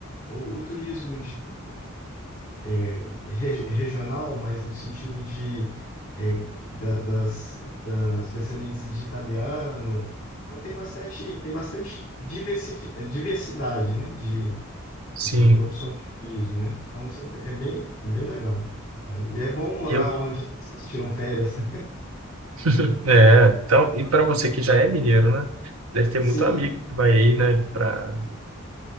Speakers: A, on the left (about 60°); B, on the right (about 80°).
A: o, o turismo é, regi- regional, mas no sentido de é, da- das, das descendentes de italiano. Então tem bastante, tem bastante diversifi- eh, diversidade, né, de,
B: sim.
A: de opções de turismo, né? Então isso é bem, é bem é bem legal. né? E é bom morar
B: E eu,
A: onde as pessoas tiram férias. né?
B: <laughs> é, então, e para você que já é mineiro, né? Deve ter
A: <laughs>
B: muito
A: Sim,
B: amigo que vai aí, né, pra,